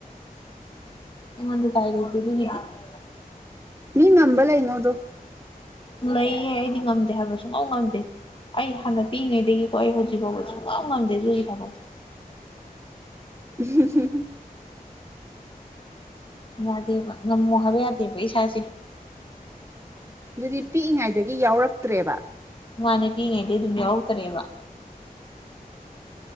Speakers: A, on the left (about 35°); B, on the right (about 20°).
A: ꯑꯩꯉꯣꯟꯗ <unintelligible>
B: ꯃꯤ ꯉꯝꯕ ꯂꯩꯉꯣ ꯑꯗꯣ
A: ꯂꯩꯌꯦ ꯑꯩꯗꯤ ꯉꯝꯗꯦ ꯍꯥꯏꯕ ꯁꯨꯛꯉꯝ ꯉꯝꯗꯦ ꯑꯩ ꯍꯥꯟꯅ ꯄꯤꯛꯏꯉꯩꯗꯒꯤꯀꯣ ꯑꯩ ꯍꯧꯖꯤꯛꯐꯥꯎꯕ ꯁꯨꯡꯉꯝ ꯉꯝꯗꯦ ꯑꯗꯨꯒꯤ ꯊꯕꯥꯛꯇꯣ
B: <unintelligible>
A: ꯌꯥꯗꯦꯕ ꯉꯝꯃꯣ ꯍꯥꯏꯕ ꯌꯥꯗꯦꯕ ꯏꯁꯥꯁꯦ
B: ꯑꯗꯨꯗꯤ ꯄꯤꯛꯏ ꯉꯥꯏꯗꯒꯤ ꯌꯥꯎꯔꯛꯇ꯭ꯔꯦꯕ
A: ꯃꯥꯅꯦ ꯄꯤꯛꯏ ꯉꯩꯗꯩ ꯑꯗꯨꯝ ꯌꯥꯎꯔꯛꯇ꯭ꯔꯦꯕ